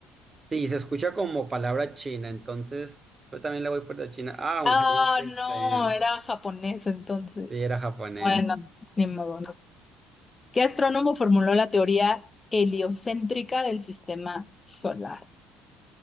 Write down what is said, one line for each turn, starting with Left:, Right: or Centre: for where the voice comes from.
Right: Sí, se escucha como palabra china, entonces yo también la voy por la china. Ah, un
Left: Ah,
Right: jardín de
Left: no,
Right: Zen.
Left: era japonés entonces.
Right: Sí, era japonés.
Left: Bueno, Mm. ni modo, no sé. ¿Qué astrónomo formuló la teoría heliocéntrica del sistema solar?